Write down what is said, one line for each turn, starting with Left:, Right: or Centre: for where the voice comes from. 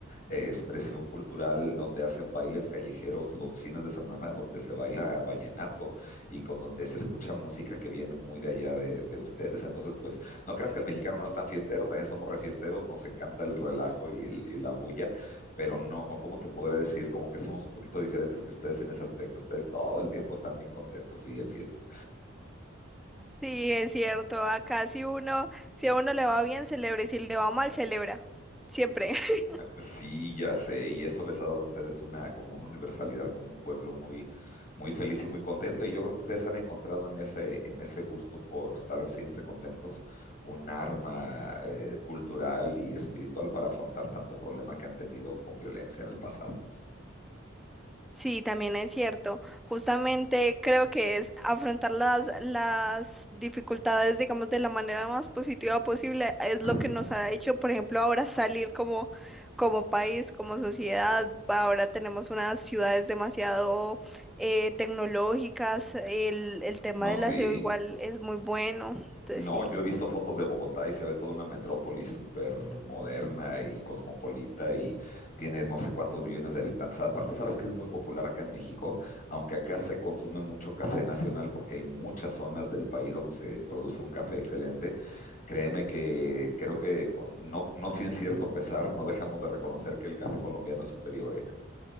Left: eh, expresión cultural donde hacen bailes callejeros los fines de semana, donde se baila vallenato y con donde se escucha música que viene muy de allá de, de ustedes. Entonces, pues no creas que el mexicano no es tan fiestero, también somos refiesteros, nos encanta el relajo y, el, y la bulla, pero no, o ¿cómo te podré decir? Como que somos un poquito diferentes que ustedes en ese aspecto. Ustedes todo el tiempo están bien contentos y en fiesta.
Centre: Sí, es cierto. Acá si uno, si a uno le va bien, celebra, y si le va mal, celebra. Siempre. <laughs>
Left: Sí, ya sé, y eso les ha dado a ustedes una como una universalidad, como un pueblo muy muy feliz y muy contento, y yo creo que ustedes han encontrado en ese en ese gusto por estar siempre contentos un arma eh, cultural y espiritual para afrontar tanto problema que han tenido con violencia en el pasado.
Centre: Sí, también es cierto. Justamente creo que es afrontar las, las dificultades, digamos, de la manera más positiva posible, es lo
Left: Ah,
Centre: que nos ha hecho, por ejemplo, ahora salir como, como país, como sociedad. Ahora tenemos unas ciudades demasiado eh, tecnológicas, el, el tema
Left: No,
Centre: del
Left: sí.
Centre: aseo igual es muy bueno. Entonces,
Left: No,
Centre: sí.
Left: yo he visto fotos de Bogotá y se ve toda una metrópoli súper moderna y cosmopolita y tiene no sé cuántos millones de habitantes. Aparte, sabes que es muy popular acá en México, aunque acá se consume mucho café nacional porque hay muchas zonas del país donde se produce un café excelente. Créeme que creo que con- no, no sin cierto pesar no dejamos de reconocer que el café colombiano es superior, ¿eh?